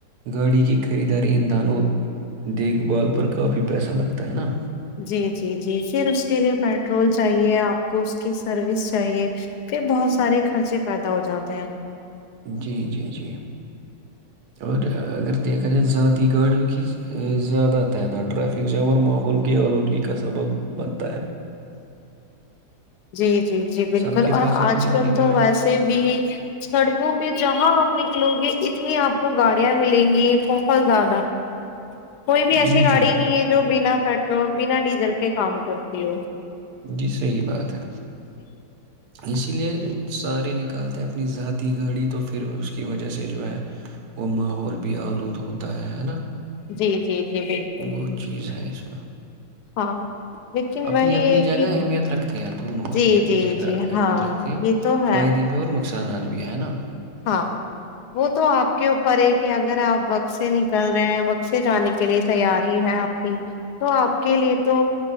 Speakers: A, on the right (about 75°); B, on the left (about 80°).
A: گاڑی کی خریداری اندھان اور دیکھ بھال پر کافی پیسہ لگتا ہے نا
B: <inaudible>
A: جی جی جی اور اگر دیکھا جائے ذاتی گاڑیوں کی زیادہ تعداد ریفک جام اور ماحول کے آلودگی کا سبق بند
B: جی جی جی بالکل
A: سب کے
B: اور
A: پاس اپنی
B: آج
A: اپنی
B: کل
A: گاڑی
B: تو ویسے بھی سڑک ک پہ جہاں آپ نکلو گے اتنی آپ کو گاڑیاں ملیں گی بہت زیادہ کوئی بھی ایسی
A: جی
B: گاڑی
A: جی جی
B: نہیں ہے جو بنا پیٹرول بنا ڈیزل کے کام کرتے جی
A: جی صحیح بات ہے اسی لیے سارے نکالتے ہیں اپنی ذاتی گاڑی تو پھر اس کی وجہ سے جو ہے وہ ماحول بھی آلود ہوتا ہے ہے نا
B: جی جی جی بالکل
A: وہ چیز ہے اس میں
B: ہاں لیکن
A: اپنی
B: وہی
A: اپنی
B: ہے
A: جگہ
B: کہ
A: اہمیت رکھتے ہیں دونوں اپنی
B: جی
A: اپنی
B: جی
A: جگہ
B: جی
A: اہمیت
B: ہاں
A: رکھتے ہیں
B: یہ تو ہے
A: فائدے بھی اور ن نقصانات بھی ہے نا
B: ہاں وہ تو آپ کے اوپر ہے کہ اگر آپ وقت سے نکل رہے ہیں وقت سے جانے کے لیے تیاری ہے آپ کی تو آپ کے لیے تو